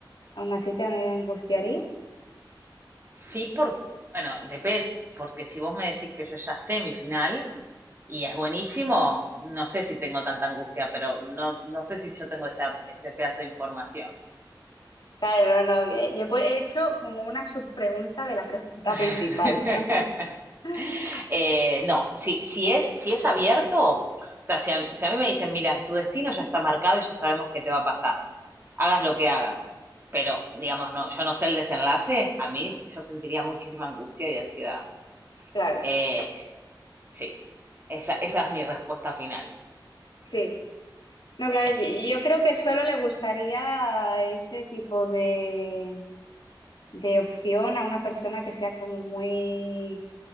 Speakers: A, on the left (about 65°); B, on the right (about 30°).
A: aún así te angustiaría.
B: Sí, porque, bueno, depende. Porque si vos me decís que yo ya sé mi final y es buenísimo, no sé si tengo tanta angustia, pero no, no sé si yo tengo esa, ese pedazo de información.
A: Claro, no, no. eh, Yo pues he hecho como una subpregunta de la pregunta
B: <laughs>
A: principal. <laughs>
B: Eh, no, si, si es, si es abierto, o sea, si a, si a mí me dicen, mira, tu destino ya está marcado y ya sabemos qué te va a pasar, hagas lo que hagas, pero digamos, no, yo no sé el desenlace, a mí yo sentiría muchísima angustia y ansiedad.
A: Claro,
B: Eh, sí, esa, esa es mi respuesta final.
A: sí. No, claro, y- y yo creo que solo le gustaría ese tipo de. de opción a una persona que sea como muy,